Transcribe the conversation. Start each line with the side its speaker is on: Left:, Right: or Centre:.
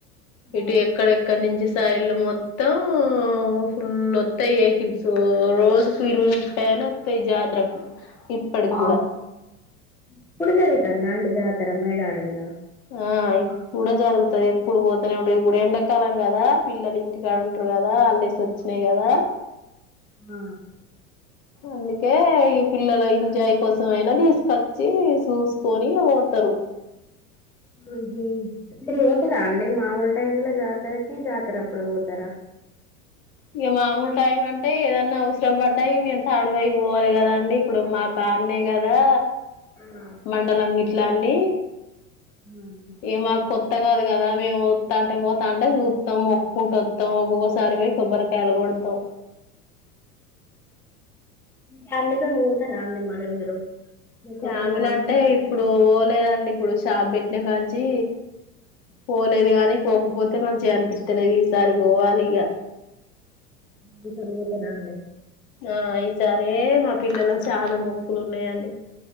Left: ఇటు
Centre: ఆ
Left: ఎక్కడెక్కడి నుంచి సైళ్ళ మొత్తం ఫుల్లోత్తాయి కిల్సు రోజుకు ఇరువై ముప్పై ఆయన వస్తయి జాతరకు ఇప్పటికి
Centre: ఆ
Left: కూడా
Centre: ఎప్పుడు జరుగుతందా అండి జాతర మేడారంల
Left: ఆ ఇప్పుడ జరుగుతాయి ఎప్పుడు పోతునే ఉంటాది ఇప్పుడు ఎండాకాలం కదా పిల్లలు ఇంటికాడ ఉంటారు కదా హాలిడేస్ వచ్చినాయి కదా
Centre: ఆ
Left: అందుకే ఈ పిల్లల ఎంజాయ్ కోసమైనా తీసుకొచ్చి చూసుకొని పోతారు
Centre: ఏంటి మీరు పోతారా అండి మామూల టైంలో జాతరకే జాతర అప్పుడే పోతారా
Left: ఇగ మామూలు టైం అంటే ఏదన్నా అవసరం పడ్డాయి మేము థర్డ్ వైఫ్ పోవాలి కదండీ ఇప్పుడు మా కానే కదా
Centre: ఉ ఆ
Left: మండలం గిట్లన్నీ
Centre: ఉనండి
Left: ఏ మాకు కొత్త కాదు కదా మేము వస్తానంటే అంటే పోతా అంటే చూస్తాం మొక్కుంటూ వస్తాం ఒక్కొక్కసారి పోయి కొబ్బరికాయలు కొడుతూ
Centre: ఫ్యామిలీతోనే పోతారా అండి మరి మీరు మీ
Left: ఫ్యామిలీ
Centre: కుటుంబం అంతా
Left: అంటే
Centre: కలిసి
Left: ఇప్పుడు పోలేదండి ఇప్పుడు షాప్ పెట్టినాను కాంచి పోలేదు కానీ పోకపోతే మంచిగా అనిపిస్తలేదు ఈసారి పోవాలి ఇగ
Centre: మిషన్ కుట్టరా అండి
Left: ఆ ఈ సరే మా పిల్లల్ల చాలా మొక్కలు ఉన్నాయండి